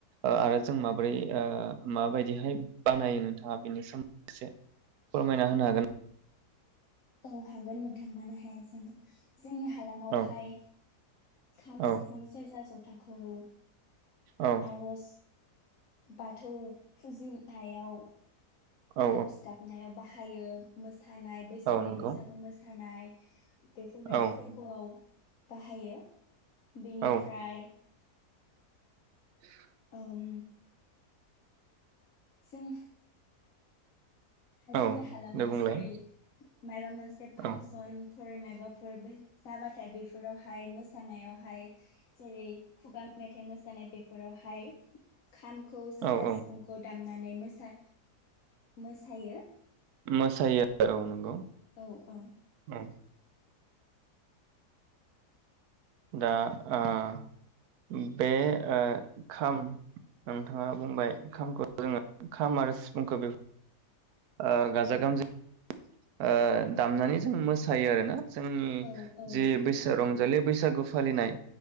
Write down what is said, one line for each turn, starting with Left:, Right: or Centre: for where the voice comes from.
Right: आरो जों माब्रै ओ मा बायदि दिहाय बानायो नोंथाङा बेनि सोमोन्दै एसे फोरमायना होनो हागोन?
Left: औ हागोन नोंथां मानो हाया‌ जा नो? जोंनि हालामावहाय
Right: औ
Left: खाम,
Right: औ
Left: सिफुं, सेरजा, जथा खौ
Right: औ
Left: आर'ज बाथौ फुजिनायाव
Right: औ
Left: आरज गाबनायाव बाहाय हायो मोज मोसानाय बैसोरो
Right: औ नंगौ
Left: बैसागु मोसानाय। <inaudible> बेफोरबायदि
Right: औ
Left: फोरबोआव बाहायो। बेनिफ्राय
Right: औ <inaudible>
Left: ओम जोंह जोंनि
Right: औ
Left: हालामाव
Right: दे बुंलाय
Left: जेरै मायबा मोनसे फांसन
Right: औ
Left: फोर माबाफोर जाबाथाय बेफोरावहाय मोसानायावहाय जेरै खुगा मेथाइ मोसानाय बेफोरावहाय खामखौ सेरजा
Right: औ औ
Left: सिफुंखौ दाम अनानै मोसा मोस थायो।
Right: मोसायो औ नंगौ।
Left: औ औ
Right: औ दा ओ बे ओ खाम नोंथाङा बुंबाय खामखौ जोङो खाम आरो सिफुंखौ बेफ ओ गाजा गोमजायै ओ दामनानै जों मोसायो आरो ना। जोंनि
Left: औ औ
Right: जि
Left: नोंथां
Right: बैसा रंजालि बैसो सागु फालिनाय।